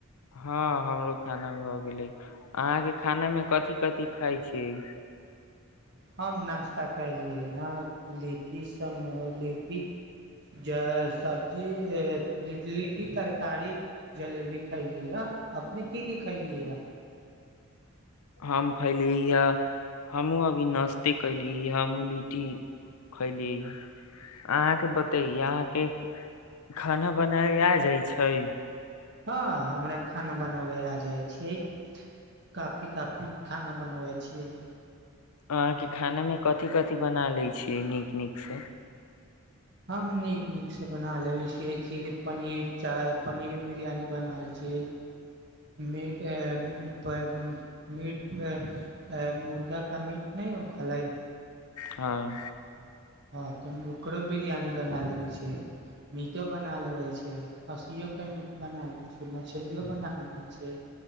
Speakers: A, on the left; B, on the right.
A: हँ हमरो खाना भ गेल गेल अहाँ के खाना मे कथि कथि खाय छीय
B: हम नाश्ता खयलियै ने लिट्टी समो लिटटी ज सब्जी लिट्टी तरकारी जलेबी खयलियै ह अपने की की खयलियै हा
A: हम खैलिय य हमहूँ अभी नाश्ते कयलिय य हमहूँ लिट्टी खैलिय अहाँके बते अहाँके खाना बनायल आ जाइ छै
B: हँ हमरा खाना बनाबै आ जाइ छियै काफी काफी खाना बनबै छियै
A: अहाँके खानामे कथि कथि बना लैत छियै नीक नीकसँ
B: हम नीक नीकसँ बना लेै छियै क पनीर च पनीर बिरयानी बना रहल छियै मट म मुर्गा का मीट नहि हो खलै
A: हँ
B: हँ तऽ ओकरो बिरयानी बना लेबै छिय मीटो बना लेबै छै खस्सियओके मीट बना लेैत छैिय मछलियो बना लेबैत छियै